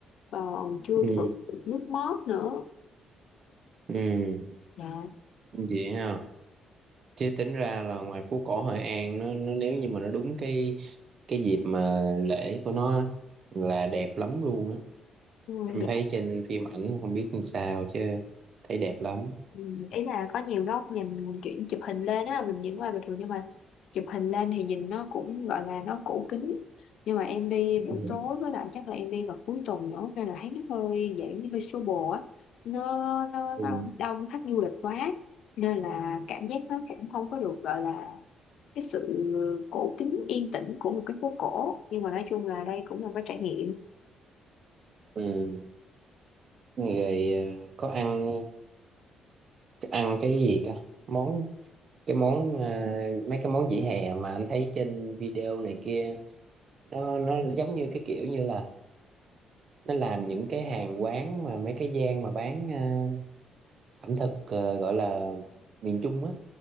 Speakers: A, on the left; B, on the right.
A: còn chưa
B: ừ.
A: được nước mót nữa
B: Ừ.
A: Dạ,
B: vậy ha chứ tính ra là ngoài phố cổ Hội An nó, nó nếu như mà nó đúng cái cái dịp mà lễ của nó á, là đẹp lắm luôn á
A: ừ,
B: em
A: dạ.
B: thấy trên phim ảnh không biết như sao chứ thấy đẹp lắm
A: Ừ, Ý là có nhiều góc nhìn chuyển chụp hình lên á mình nhìn qua bình thường nhưng mà chụp hình lên thì nhìn nó cũng gọi là nó cũ kính nhưng mà em đi buổi
B: Ừ.
A: tối với lại chắc là em đi vào cuối tuần nữa nên là thấy nó hơi dạng như hơi xô bồ á nó, nó
B: Ừ.
A: nó đông khách du lịch quá nên là cảm giác nó cũng không có được gọi là cái sự cổ kính yên tĩnh của một cái phố cổ nhưng mà nói chung là đây cũng là một cái trải nghiệm
B: ừ. rồi ờ, có ăn có ăn cái gì cả món cái món ờ, mấy cái món vỉa hè mà anh thấy trên video này kia nó nó giống như cái kiểu như là nó làm những cái hàng quán mà mấy cái gian mà bán ờ, ẩm thực ờ, gọi là miền Trung á